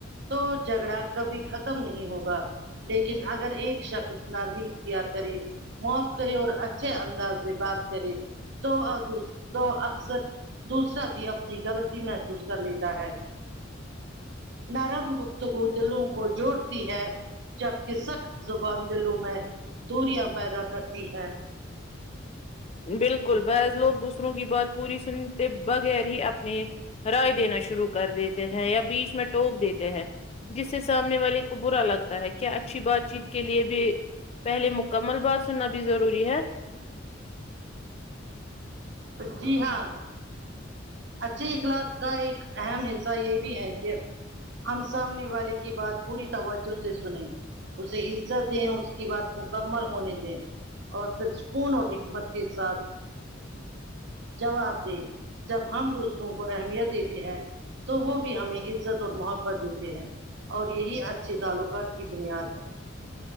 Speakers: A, on the right; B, on the left.
A: تو جھگڑا کبھی ختم نہیں ہوگا لیکن اگر ایک شخص نرمی اختیار کرے معاف کرے اور اچھے انداز میں بات کری تو تو اکثر دوسرا بھی اپنی غلطی محسوس کر لیتا ہے نرم گپتگو دلوں کو جوڑتی ہے جبکہ سخت زبان دلوں میں دوریاں پیدا کرتی ہیں
B: بالکل ببعض لوگ دوسروں کی بات پوری سنتے بغیر ہی اپنے رائے دینا شروع کر دیتے ہیں یا بیچ میں ٹوپ دیتے ہیں جس سے سامنے والے کو برا لگتا ہے کیا اچھی بات چیت کے لیے بھی پہلے مکمل بات سننا بھی ضروری ہے
A: جی ہاں اچھے اخلاق کا ایک اہم حصہ یہ بھی ہے کہ ہم سامنے والے کی بات پوری توجہ سے سنے اسے عزت دیں اس کی بات مکمل ہونے دیں اور پھر سکون اور حکمت کے ساتھ جواب دے جب ہم دوسروں کو اہمیت دیتے ہیں تو وہ بھی ہمیں عزت اور محبت دیتے ہیں اور یہی اچھے تعلقات کی بنیاد ہے